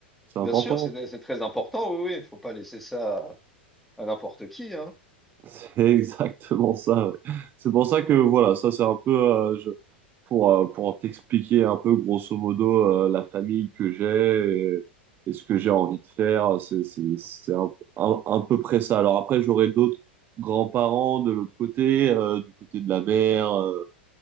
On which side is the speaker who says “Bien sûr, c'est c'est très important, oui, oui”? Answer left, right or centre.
Centre